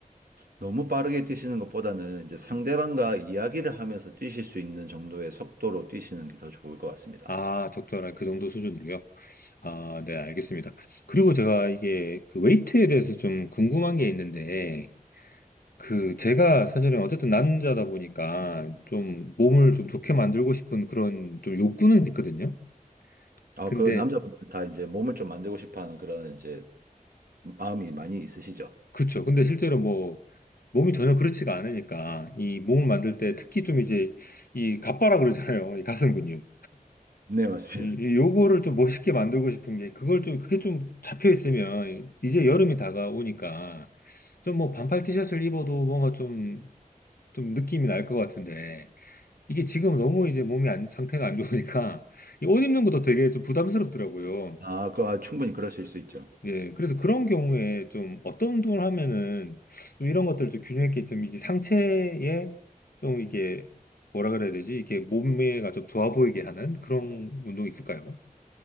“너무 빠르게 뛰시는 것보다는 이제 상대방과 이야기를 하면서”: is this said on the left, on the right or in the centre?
Right